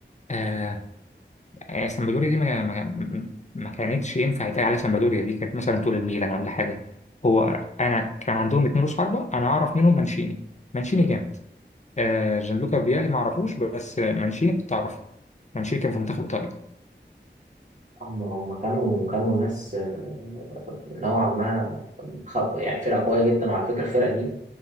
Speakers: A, on the left; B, on the right.
A: آه آه، سامبدوريا دي ما, ما, ما كانتش ينفع يتقال عليها سامبدوريا دي كانت مثلا طول الميلان ولا حاجه هو انا كان عندهم اتنين رؤوس حربه انا اعرف منهم مانشيني مانشيني جامد آه جانلوكا فيالي ما اعرفوش بس آه، مانشيني كنت اعرفه مانشيني كان في منتخب ايطاليا
B: هم هم كانوا كانوا الناس آه، نوعا ما خ- يعني فرقة قوية جدا وعلى فكرة الفرقة دي